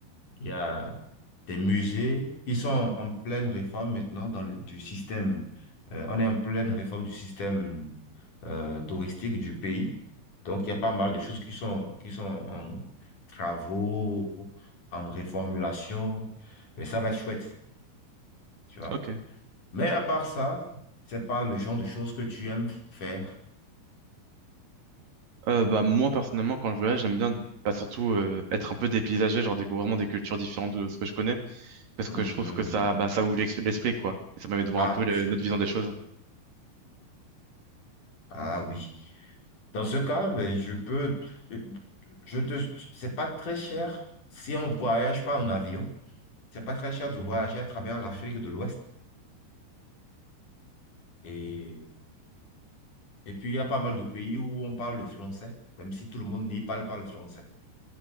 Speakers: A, on the left; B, on the right.
A: il y a des musées. Ils sont en pleine réforme maintenant dans le, du système. euh, on est en pleine réforme du système euh, touristique du pays. Donc, il y a pas mal de choses qui sont, qui sont en travaux, en réformulation. Mais ça va être chouette, tu vois.
B: Ok.
A: Mais à part ça, c'est pas le genre de choses que tu aimes faire.
B: Euh, bah, moi, personnellement, quand je voyage, j'aime bien bah, surtout euh, être un peu dépaysagé, genre découvrir vraiment des cultures différentes de ce que je connais. Parce
A: Mhm.
B: que je trouve que ça, bah, ça ouvre l'ex- l'esprit, quoi. Et ça permet de voir
A: Ah,
B: un peu le-
A: sur...
B: notre vision des choses.
A: Ah oui. Dans ce cas, ben, je peux... Je te... C'est pas très cher si on voyage pas en avion. C'est pas très cher de voyager à travers l'Afrique de l'Ouest. Et... Et puis, il y a pas mal de pays où on parle le français, même si tout le monde n'y parle pas le français.